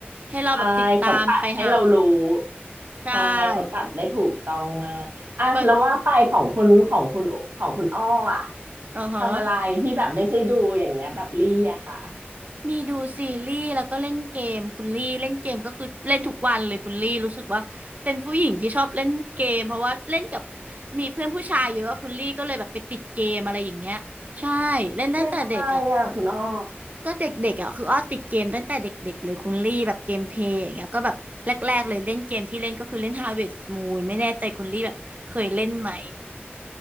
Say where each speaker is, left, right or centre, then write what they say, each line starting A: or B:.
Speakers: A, on the right; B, on the right.
A: ให้เราแบบติดตามไปหา
B: ใช่เขาตัดให้เรารู้
A: ใช่
B: ใช่เขาตัดได้ถูกต้องมากอ่ะแล้วว่าไปของคุณของคุณของคุณอ้ออะ
A: บางเออฮะ
B: ทำอะไรที่แบบไม่ใช่ดูอย่างเงี้ยแบบลี่อะค่ะ
A: มีดูซีรีส์แล้วก็เล่นเกมคุณลี่เล่นเกมก็คือเล่นทุกวันเลยคุณลี่รู้สึกว่าเป็นผู้หญิงที่ชอบเล่นเกมเพราะว่าเล่นกับมีเพื่อนผู้ชายเยอะคุณลี่ก็เลยแบบไปติดเกมอะไรอย่างเงี้ยใช่เล่นตั้งแต่เด็กอ่ะ
B: เกมอะไรอะคุณอ้อ
A: ก็เด็กๆอ่ะคืออ้อติดเกมตั้งแต่เด็กๆเลยคุณลี่แบบเกมเพลย์อย่างเงี้ยก็แบบแรกๆเลยเล่นเกมที่เล่นก็คือเล่น Harvest Moon ไม่แน่ใจคุณลี่แบบเคยเล่นไหม